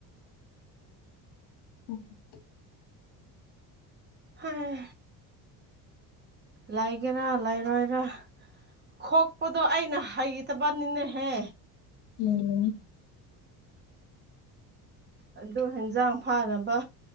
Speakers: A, on the left; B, on the right.
A: ꯎꯝ <unintelligible>
B: ꯍꯥꯏ ꯂꯩꯒꯦꯔꯥ ꯂꯩꯔꯣꯏꯔꯥ ꯈꯣꯛꯄꯗꯣ ꯑꯩꯅ ꯍꯩꯇꯕꯅꯤꯅꯦꯍꯦ
A: ꯎꯝ
B: ꯑꯗꯨ ꯍꯟꯖꯥꯡ ꯐꯥꯅꯕ